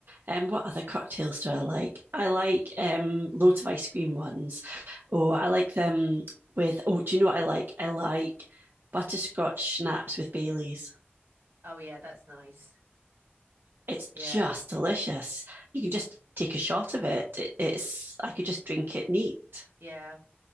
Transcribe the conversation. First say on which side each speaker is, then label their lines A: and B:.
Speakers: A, on the right; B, on the right.
A: Um, what other cocktails do I like? I like um loads of ice cream ones. Oh, I like them with oh, do you know what I like? I like butterscotch schnapps with Baileys.
B: Oh yeah, that's nice.
A: It's
B: Yeah,
A: just delicious. You can just take a shot of it. It, it's I could just drink it neat.
B: yeah.